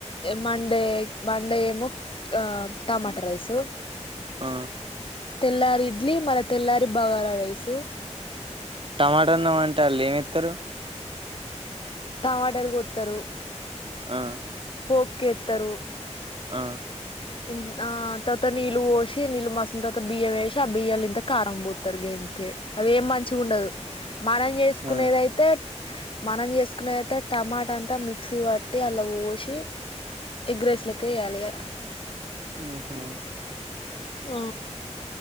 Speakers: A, on the left; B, on the right.
A: మండే మండే ఎమో ఆ టమాటా రైసు
B: ఆ
A: తెల్లారి ఇడ్లీ మళ్ళా తెల్లారి బగార రైసు
B: టమాటా అన్నామంటే వాళ్ళు ఏమెత్తారు
A: టమాటాలు కొత్తారు
B: ఆ
A: పోపుకేత్తరు
B: ఆ
A: ఇంట్ ఆ తర్వాత నీళ్ళు పోసి నీళ్ళు మసల్ తర్వాత బియ్య వేసి ఆ బియ్యాంలో ఇంత కారం పోతారు గంత్ అయితే అదేం మంచిగా ఉండదు మనం చేసుకునేదయితే
B: ఆ
A: మనం చేసుకున్నది అయితే టమాటా అంతా మిక్సీ పట్టి అలా పోసి ఎగ్ రైస్ లెక్క చేయాలే
B: ఉహుమ్
A: అ